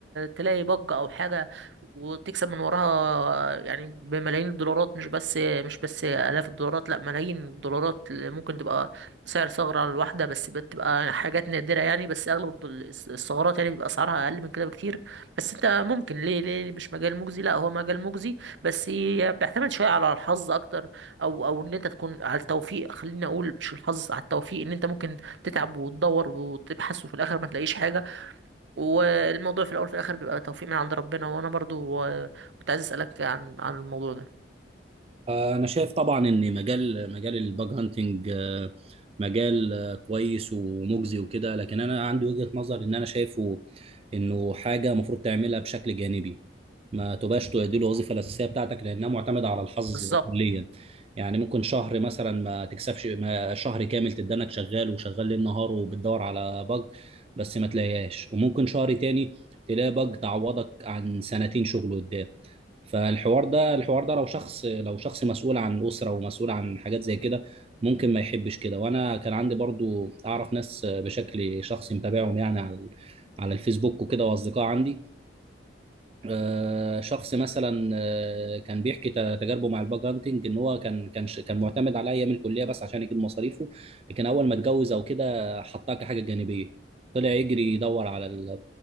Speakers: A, on the right; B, on the right.
A: تلاقي باج او حاجه وتكسب من وراها يعني بملايين الدولارات مش بس مش بس الاف الدولارات لا ملايين الدولارات ممكن تبقى سعر ثغره على الواحده بس بتبقى حاجات نادره يعني بس اغلب الدول- الثغرات يعني بيبقى اسعارها اقل من كده بكتير بس انت ممكن ليه ليه مش مجال مجزي لا هو مجال مجزي بس بيعتمد شويه على الحظ اكتر او او ان انت تكون على التوفيق خليني اقول مش الحظ على التوفيق ان انت ممكن تتعب وتدور وتبحث وفي الاخر ما تلاقيش حاجه والموضوع في الاول وفي الاخر بيبقى توفيق من عند ربنا وانا برضو آه، كنت عايز اسالك عن عن الموضوع ده
B: آه، أنا شايف طبعا إن مجال مجال الباج هانتنج آه، مجال آه، كويس ومجزي وكده لكن أنا عندي وجهة نظر إن أنا شايفه إنه حاجة المفروض تعملها بشكل جانبي ما تبقاش دي الوظيفة الأساسية بتاعتك لأنها معتمدة على الحظ
A: بالظبط
B: كليا يعني ممكن شهر مثلا ما تكسبش ما شهر كامل تدانك شغال وشغال ليل نهار وبتدور على باج بس ما تلاقيهاش وممكن شهر تاني تلاقي باج تعوضك عن سنتين شغل قدام فالحوار ده الحوار ده لو شخص لو شخص مسؤول عن أسرة ومسؤول عن حاجات زي كده ممكن ما يحبش كده وانا كان عندي برضو اعرف ناس بشكل شخصي متابعهم يعني على على الفيسبوك وكده واصدقاء عندي آه، شخص مثلا آه، كان بيحكي ت- تجاربه مع الباج هانتنج ان هو كان كان ش- كان معتمد على ايام الكليه بس عشان يجيب مصاريفه لكن اول ما اتجوز او كده حطها كحاجه جانبيه طلع يجري يدور على ال...